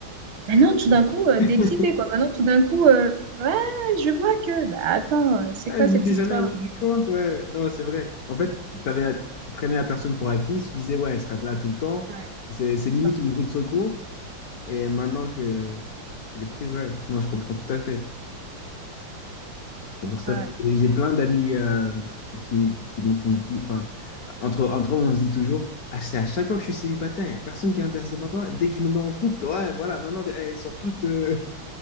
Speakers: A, on the right (about 75°); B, on the left (about 65°).
A: maintenant,
B: C'est trop-
A: tout d'un coup, tu
B: <laughs>
A: t'es excité, quoi. Maintenant, tout d'un coup, euh, ouais, je vois que, bah attends, euh, c'est
B: Ah,
A: quoi
B: je
A: cette
B: m'étais
A: histoire?
B: jamais rendu compte, ouais. Non, c'est vrai. En fait, t'avais, tu prenais la personne pour acquis, tu disais, ouais, elle sera là tout le temps.
A: Ouais,
B: C'est c'est
A: c'est
B: limite
A: ça.
B: une roue de secours. Et maintenant que, que les prises, ouais. Non, je comprends tout à fait. Je comprends tout
A: Ouais.
B: à fait. Et J'ai plein d'amis euh, qui, qui, me qui me disent, enfin, entre, entre eux, on se dit toujours, ah, c'est à chaque fois que je suis célibataire, il n'y a personne qui est intéressé par moi. Dès que je me mets en couple, ouais, voilà, maintenant, elles sortent toutes euh,